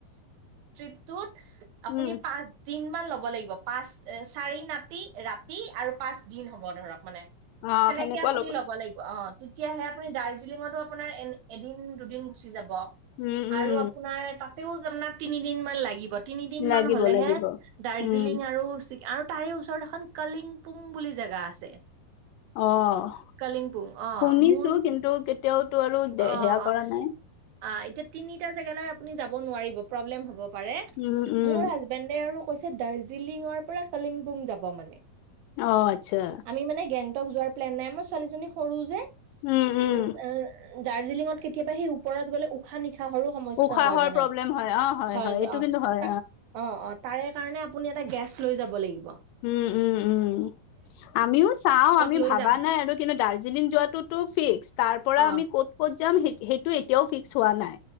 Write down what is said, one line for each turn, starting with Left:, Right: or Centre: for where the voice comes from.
Right: ট্ৰিপটোত আপুনি
Left: উম,
Right: পাঁচ দিন কিমান ল'ব লাগিব পাঁচ চাৰি নাতি ৰাতি আৰু পাঁচ দিন হ'ব ধৰক মানে
Left: অ',
Right: সেনেকে
Left: সেনেকুৱা
Right: আপুনি ল'ব লাগিব অ তেতিয়াহে আপুনি দাৰ্জিলিঙতো আপোনাৰ এ এদিন দুদিন গুচি যাব
Left: উম, উম,
Right: আৰু আপোনাৰ তা ও তাৰ তিনি দিন মান লাগিব তিনিদিন
Left: লাগিব
Right: মান হলেহে
Left: লাগিব।
Right: দাৰ্জিলিং
Left: উম,
Right: আৰু আৰু তাৰে ওচৰত এখন কালিংপুং বুলি জেগা আছে।
Left: অ',
Right: কলিমপুং অ
Left: শুনিছো
Right: মোৰ
Left: কিন্তু কেতিয়াওতো আৰু দে
Right: অ
Left: সেয়া
Right: অ
Left: কৰা নাই।
Right: আ এতিয়া তিনিটা জেগালে আপুনি যাব নোৱাৰিব পৰ্ব্লেম হব পাৰে
Left: উম, উম,
Right: মোৰ হাজবেণ্ডদে আৰু কৈছে দাৰ্জিলিঙৰ পৰা কলিংগ পুং যাব মানে
Left: অ আচ্ছা
Right: আমি মানে গেংটক যোৱাৰ প্লেন নাই মাৰ ছোৱালী সৰু যে
Left: উম উম
Right: উ দাৰ্জিলিঙত কেতিয়াবা সেই ওপৰত গ'লে উশাহ নিশাহ নিশাৰো সমস্যা
Left: উশাহৰ
Right: হয় মানে
Left: প্ৰব্লেম হয় অ',
Right: হয় যে
Left: এইটো
Right: অ অ
Left: কিন্তু হয়
Right: অ তাৰে কাৰণে আপুনি এটা গেছ লৈ যাব লগিব
Left: উম, উম, উম। আমিও চাওঁ আমি
Right: লৈ
Left: ভাবা
Right: যাব
Left: নাই আৰু কিন্তু দাৰ্জিলিং যোৱাটোতো ফিক্স তাৰ পৰা
Right: অ
Left: আমি কত কত যাম সেইটো এতিয়াও ফিক্স হোৱা নাই